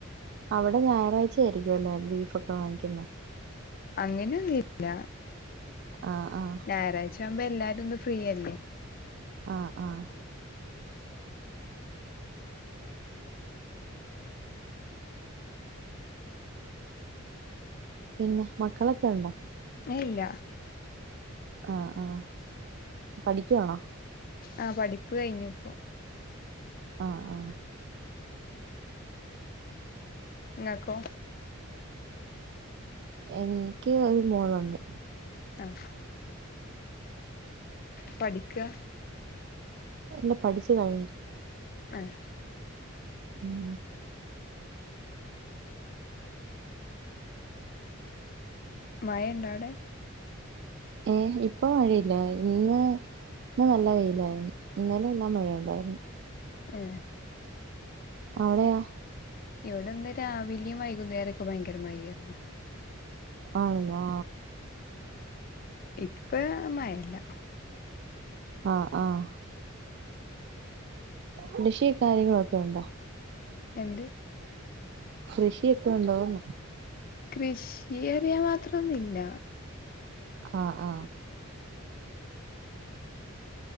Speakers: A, on the right (about 55°); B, on the left (about 45°).
A: അവിടെ ഞായറാഴ്ച ആയിരിക്കും അല്ലേ ബീഫൊക്കെ വാങ്ങിക്കുന്നെ?
B: അങ്ങനെയൊന്നുംല്ല
A: ആഹ് ആഹ്
B: ഞായറാഴ്ച ആവുമ്പോ എല്ലാരും ഇന്ന് ഫ്രീയല്ലേ
A: ആഹ് ആഹ് പിന്നെ മക്കളൊക്കെയ് ഉണ്ടോ?
B: ഏയ് ഇല്ല
A: ആഹ് ആഹ് പഠിക്കുവാണോ?
B: ആഹ് പഠിപ്പ് കഴിഞ്ഞുപ്പോ
A: ആഹ് ആഹ്
B: ഇങ്ങക്കൊ?
A: എൻക്ക് ഒരു മോളുണ്ട്.
B: ആഹ് പഠിക്കാ?
A: ഇല്ല പഠിച്ചു കഴിഞ്ഞു.
B: ആഹ്
A: ഉം
B: മഴണ്ടോ അവിടെ?
A: ഏഹ് ഇപ്പൊ മഴയില്ല ഇന്ന് ഇന്ന് നല്ല വെയിലായിരുന്നു. ഇന്നലെ നല്ല മഴയുണ്ടായിരുന്നു.
B: ഏഹ്
A: അവിടെയൊ?
B: ഇവിടെന്ന് രാവിലിം വൈകുന്നേരൊക്കെ ഭയങ്കര മഴ ആയിരുന്നു.
A: ആന്നോ
B: ഇപ്പേ മഴയില്ല.
A: ആഹ് ആഹ് കൃഷി കാര്യങ്ങളൊക്കെ ഉണ്ടോ?
B: രണ്ട്
A: കൃഷിയൊക്കെ ഉണ്ടോന്ന്
B: കൃഷിയറയാൻ മാത്രോന്നുല്ല
A: ആഹ് ആഹ്